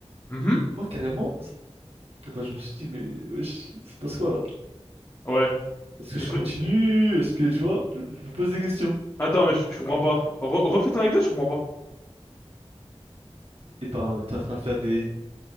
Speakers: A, on the left; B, on the right.
A: Mhm.
B: Et moi, carrément. Enfin, je me suis dit, mais wesh, c'est passe quoi là?
A: ouais.
B: Est-ce que
A: Il
B: je
A: se
B: continue?
A: fait-
B: Est-ce que tu vois? Je, je me pose des questions.
A: Attends, mais je, je comprends pas. Re- refais ton anecdote, je comprends pas.
B: Et ben, on était en train de faire des,